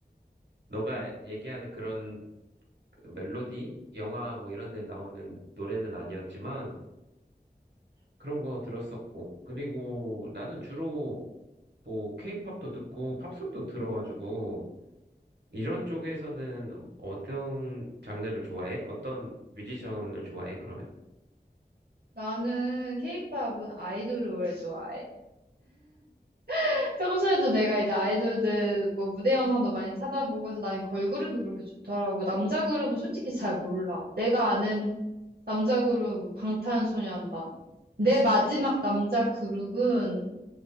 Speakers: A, on the right (about 80°); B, on the right (about 60°).
A: 너가 얘기하는 그런 그 멜로디, 영화 뭐 이런 데 나오는 노래는 아니었지만 그런 거 들었었고. 그리고 나는 주로 뭐 케이팝도 듣고 팝송도 들어가지고 이런 쪽에서는 어떤 장르를 좋아해? 어떤 뮤지션을 좋아해? 그러면?
B: 나는 케이팝은 아이돌을 오래 좋아해. <laughs> 평소에도 내가 이제 아이돌들 뭐 무대 영상도 많이 찾아보고 해서 나는 걸그룹이 그렇게 좋더라고. 남자 그룹은 솔직히 잘 몰라. 내가 아는 남자 그룹 뭐 방탄소년단. 내 마지막 남자 그룹은